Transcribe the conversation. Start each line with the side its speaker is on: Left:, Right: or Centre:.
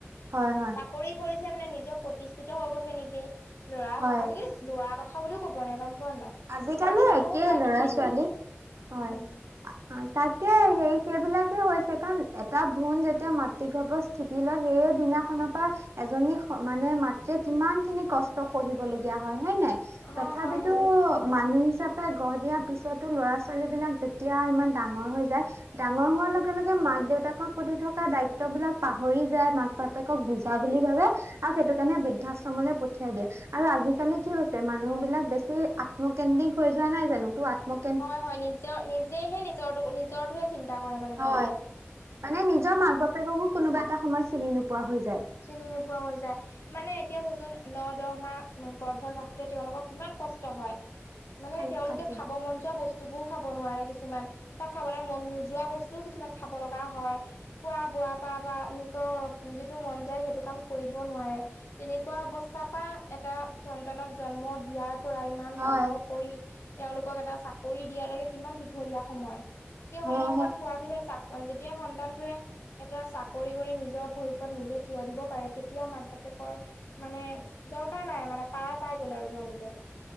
Right: হয় হয়।
Left: চাকৰি কৰিছে মানে নিজে প্ৰতিষ্ঠিত হৈ গৈছে নিজে ল'ৰা
Right: হয়
Left: আজিকালি ল'ৰ কথা বুলিও ক'ব নাই গম পোৱা নাই।
Right: আজিকালি
Left: ছোৱালী সমূহো
Right: একে
Left: প্ৰায়
Right: ল'ৰা
Left: একেই
Right: ছোৱালী
Left: হৈ যায়
Right: হয়।
Left: উম
Right: তাকে সেই সেইবিলাকে হৈছে কাৰণ এটা ভ্ৰণ যেতিয়া মাতৃ গৱৰ স্থিতি লয় সেইয়ে দিনাখনৰ পৰা এজনী মানে মাতৃয় কিমান খিনি কষ্ট সহিব লগগীয়া হয় হয়ে নাই।
Left: হয়
Right: তথাপিতো
Left: হয় অ
Right: মানুহ হিচাপে গঢ় দিয়া পিছতো লৰা ছোৱালী বিলাক যেতিয়া ইমান ডাঙৰ হৈ যায় ডাঙৰ
Left: সেইটোৱে
Right: হোৱা লগে লগে যে মাক দেউতাকৰ প্ৰতি থকা দায়িত্ববলাক পাহৰি যায় মাক বাপেকক বুজা বুলি ভাবে আৰু সেইটো কাৰণে বৃদ্ধাশ্ৰমলৈ পঠিয়াই দিয়ে আৰু আজিকালি কি হৈছে মানুহ
Left: হয়
Right: বিলাক বেছি আত্মকেন্দ্ৰিক হৈ যোৱা নাই জানো তো আত্ম
Left: হয় হয় নিজৰ নিজেহে নিজৰ নিজৰটোহে চিন্তা কৰে মানে
Right: হয়,
Left: তেওঁলোকে।
Right: মানে নিজৰ মাক বাপেককো কোনোবা এটা সময় চিনি নোপোৱা হৈ যায়।
Left: চিনি নোপোৱা হৈ যায়। মানে এতিয়া চচোন ন দহ মাহ গৰ্ভত ৰাখোতে তেওঁওলোকক কিমান কষ্ট হয় মানে
Right: থাকে
Left: তেওঁলোকে
Right: তাকে।
Left: খাব মন যোৱা বস্তু বস্তুবোৰ খাব নোৱাৰে কিছুমান বা খাবলৈ মন নোযোৱা বস্তুও কিছুমান খাব লগা হয়। খোৱা বোৱা পৰা বা নিজৰ যিটো মন য সেইটো কাম কৰিব নোৱাৰে তেনেকুৱা অৱস্থাৰ পৰা এটা সন্তানক জন্ম দিয়াৰ পৰা ইমান
Right: হয়,
Left: ডাঙৰ কৰি তেওঁলোকক এটা চাকৰি দিয়াালৈকে কিমান দীঘলীয়া সময়। সেই সময়কণ
Right: অ', হয়,
Left: পোৱাৰ পিছত চাক যেতিয়া সন্তানটোৱে এটা চাকৰি কৰি নিজৰ ভৰিপত নিজে থিয় দিব পাৰে তেতিয়া মাক বাপেকৰ মানে দৰকাৰ নাই মানে পাৰ পাই গল আৰু তেওঁলোকে।